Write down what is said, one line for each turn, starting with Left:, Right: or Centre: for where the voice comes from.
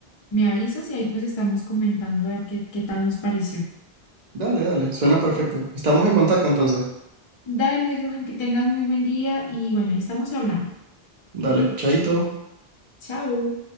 Left: Me avisas y ahí pues estamos comentando a ver qué, qué tal nos pareció.
Right: Dale, dale. Suena perfecto. Estamos en contacto entonces.
Left: Dale, Johan, que tengas muy buen día y bueno, ahí estamos hablando.
Right: Dale, chaito.
Left: Chao.